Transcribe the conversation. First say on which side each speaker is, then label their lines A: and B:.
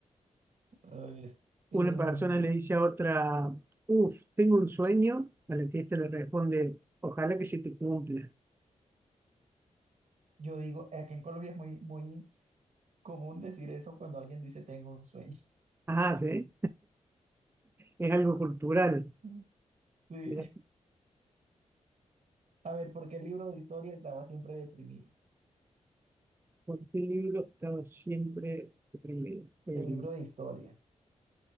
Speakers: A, on the right; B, on the right.
A: A ver, em,
B: una persona le dice a otra, uff, tengo un sueño, a la que ésta le responde, ojalá que se te cumpla.
A: yo digo, aquí en Colombia es muy, muy común decir eso cuando alguien dice tengo un sueño.
B: Ah, sí, es algo cultural.
A: <laughs> Sí.
B: Mira,
A: A ver, ¿por qué el libro de historia estaba siempre deprimido?
B: ¿Por qué libro estaba siempre primero? Eh,
A: El libro de historia,